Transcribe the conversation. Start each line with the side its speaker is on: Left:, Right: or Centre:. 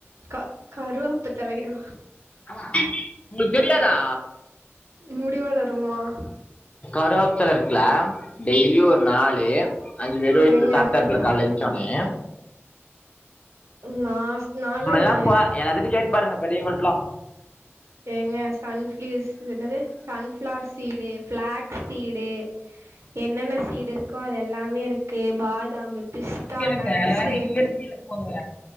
Right: க கருவாப்ப தழயா
Left: ஆமா உங்ளுக் தெரியாதா?
Right: முடிவளருமா
Left: கருவாப்தழ இருக்குல டெய்லி ஒரு நாலு அஞ்சு வெறு வயித்ல
Right: ஏங்க
Left: சாப்டாப்ள
Right: பண்
Left: காலைல எஞ்ச்ச உடனே
Right: நா நாலா
Left: நம்மல்லா
Right: இந்த
Left: பா எல்லாத்துட்ட கேட்டு பாருங்க பெரியவுங்கள்டலா
Right: ஏங்க சன்ஃப்ளியஸ் என்னது சன்ஃப்ளார் சீடு ஃபிளாக்ஸ் சீடு என்னென்ன சீடு இருக்கோ அது எல்லாமே இரு க்கு பாதாமு பிஸ்தா
Left: கேளுங்க
Right: நட்ஸு
Left: இயற்கையில போங்க